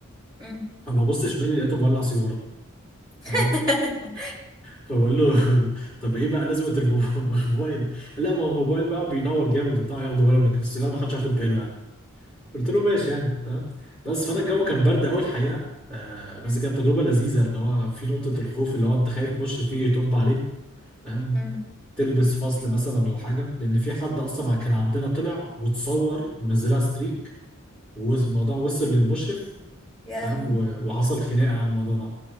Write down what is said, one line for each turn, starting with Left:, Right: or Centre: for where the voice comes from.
Right: مم.
Centre: اما بص شمالي لقيته مولع سيجاره
Right: <laughs>
Centre: تمام فبقول له <laughs> طب ايه بقى لازمه الموب- الموبايل لا ما هو الموبايل بقى بينور جامد وبتاع ياخدوا بالهم لكن السيجاره ما حدش هياخد باله يعني قلت له ماشي يعني تمام بس فانا الجو كان برد قوي الحقيقه آه بس
Right: مم.
Centre: كانت تجربه لذيذه اللي هو في نقطه الخوف اللي هو انت خايف مشرف يجي يطب عليك فاهم
Right: مم.
Centre: تلبس فصل مثلا ولا حاجه لان في حد اصلا كان عندنا طلع وتصور ونزلها ستريك والموضوع وصل للمشرف
Right: يا
Centre: فاهم
Right: لهوي
Centre: و- وحصل خناقه على الموضوع ده